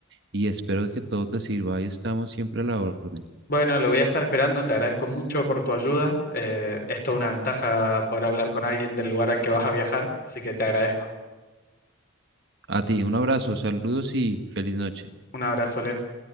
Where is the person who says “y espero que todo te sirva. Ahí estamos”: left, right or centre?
Right